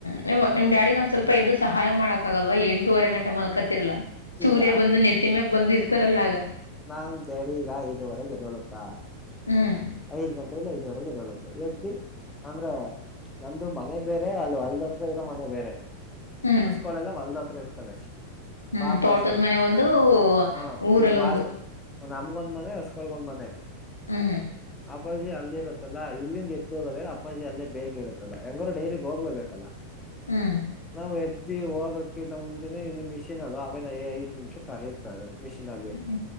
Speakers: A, on the left; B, on the left.
A: ನಿ್ ನಿಮ್
B: ನಮ್
A: ಡ್ಯಾಡಿಗ ಒಂದ್ವಲ್ಪ ಎದು್ ಸಹಾಯ ಮಾಡಕ್ ಆಗಲ್ವಾ ಎಂಟೂವರೆ ಗಂಟೆ ಮಲ್ಕತಿರ್ಲ್ಲಾ ಸೂರ್ಯ
B: ಈಗ
A: ಬಂದು ನೆತ್ತಿಮ್ಯಕ್ ಬಂದ ಇರ್ತಾರಲ್ಲ ಆಗ
B: ನಾಂತಡಿ ಈಗ ಇದುವರೆಗೆದೊಳುತ್ತ
A: ಹ್ಮ್
B: ಐದ್ ಗಂಟಿಂದ ಐದವರೆಗೆ ಬರುತ್ತೆ ಎದ್ದಿ ಅಂದ್ರೆ ನಮ್ದು ಮನೆ ಬೇರೆ ಅದು ಹೊಲ್ದತ್ರ ಇರೋ ಮನೆ ಬೇರೆ
A: ಹ್ಮ್
B: ಅರ್ಸ್ಕಳೆಲ್ಲ ಹೊಲ್ದ ಹತ್ರ ಇರ್
A: ಹ್ಮ್
B: ಫಾಮ್ಸದು
A: ತೋಟದ ಮನೆ ಒಂದು
B: ಹ
A: ಊರಲ್ಲೊಂದು
B: ಈ ವಾಸ ನಮಗೊಂದ್ ಮನೆ ಹೊಸ್ಕೊಳ್ಬಂದ್ ಮನೆ
A: ಹೂ
B: ಅಪ್ಪಾಜಿ ಅಲ್ಲಿ ಇರುತ್ತಲ್ಲಾ ಇಲ್ಲಿಂದ ಎದ್ದು ಹೋಗೋದ್ರೆ ಅಪ್ಪಾಜಿ ಅಲ್ಲೇ ಬೇಗ ಇರುತ್ತಲ್ಲ ಹೆಂಗಾರರು ಡೈಗ್ ಹೋಗ್ಲೇಬೇಕಲ್ಲ
A: ಹ್ಮ್
B: ನಾವು ಎದ್ದು ಸ್ದಿ ಹೋಗಕ್ಕಿಂತ ಮುಂಚೆನೆ ಇನ್ನು ಮಿಷಿನ್ ಅಲ್ಲಿ ಅವೇ ಐದ್ ನಿಮಿಷ ಕರೆಯುತ್ತಾರೆ ಮಿಷಿನ್ ಅಲ್ಲಿ
A: ಹೂ